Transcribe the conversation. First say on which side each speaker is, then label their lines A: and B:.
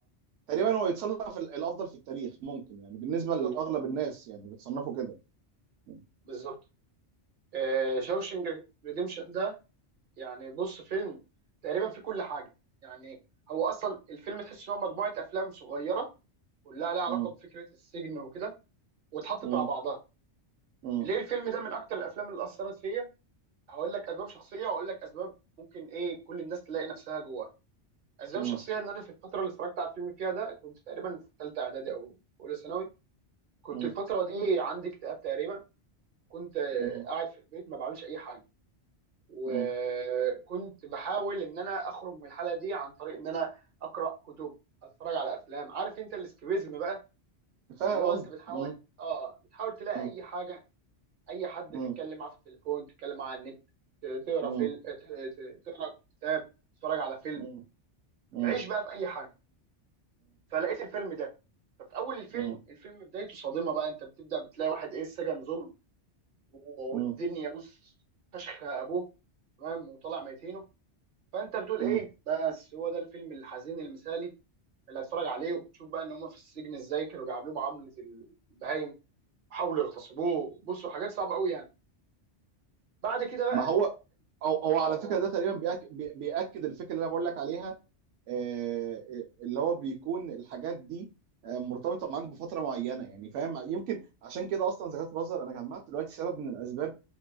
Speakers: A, on the right; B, on the right.
A: تقريبا هو يتصنف ال- الافضل في التاريخ ممكن يعني بالنسبه
B: بالظبط
A: لاغلب الناس يعني بتصنفه كده مم.
B: بالظبط آه شاوشنك ريديمشن ده يعني بص فيلم تقريبا فيه كل حاجه يعني هو اصلا الفيلم تحس ان هو مجموعه افلام صغيره كلها ليها علاقه
A: مم.
B: بفكره السجن وكده واتحطت
A: مم.
B: مع بعضها
A: مم.
B: ليه الفيلم ده من اكتر الافلام اللي اثرت فيا هقول لك اسباب شخصيه واقول لك اسباب ممكن ايه كل الناس تلاقي نفسها جواها اسباب
A: مم.
B: شخصيه ان انا في الفتره اللي اتفرجت على الفيلم فيها ده كنت تقريبا في ثالثه اعدادي او اولى ثانوي كنت
A: مم.
B: الفتره دي عندي اكتئاب تقريبا كنت آه،
A: مم.
B: قاعد في البيت ما بعملش اي حاجه وكنت
A: مم.
B: بحاول ان انا اخرج من الحاله دي عن طريق ان انا اقرا كتب اتفرج على افلام عارف انت الاسكيبيزم بقى
A: فاهم
B: اللي هو
A: قصدي
B: انت بتحاول
A: مم.
B: اه بتحاول تلاقي
A: مم.
B: اي حاجه اي حد
A: مم.
B: تتكلم معاه في التليفون تتكلم معاه على النت ت- تقرا
A: مم.
B: فيلم ت- ت- تقرا كتاب تتفرج على فيلم
A: مم. مم.
B: تعيش بقى في اي حاجه فلقيت الفيلم ده ففي اول الفيلم
A: مم.
B: الفيلم بدايته صادمه بقى انت بتبدا بتلاقي واحد ايه السجن ظلم والدنيا
A: مم.
B: بص فشخ ابوه تمام وطلع ميتينه فانت بتقول
A: مم.
B: ايه بس هو ده الفيلم الحزين المثالي اللي هتفرج عليه وبتشوف بقى ان هم في السجن ازاي كانوا بيعاملوه معامله البهايم وحاولوا يغتصبوه بصوا حاجات صعبه قوي يعني بعد كده بقى
A: ما هو او هو على
B: اقول
A: فكره ده تقريبا بيأك... بي- بيأكد الفكره اللي انا بقول لك عليها آه، اللي هو بيكون الحاجات دي آه، مرتبطه معاك بفتره معينه يعني فاهم يمكن عشان كده اصلا زكاة الفطر انا جمعت دلوقتي سبب من الاسباب